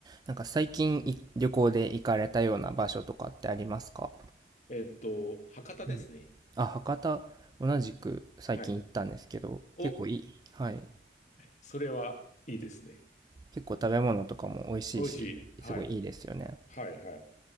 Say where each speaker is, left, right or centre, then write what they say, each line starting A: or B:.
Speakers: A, on the right; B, on the left.
A: なんか最近い旅行で行かれたような場所とかってありますか
B: えっと、博多ですね。
A: はいあ、博多、同じく最近行ったんですけど、
B: はい。お、
A: 結構いい。はい。
B: それはいいですね。
A: 結構食べ物とかも美味しいし、
B: 美味しい。はい。
A: すごいいいですよね。
B: はい、はい。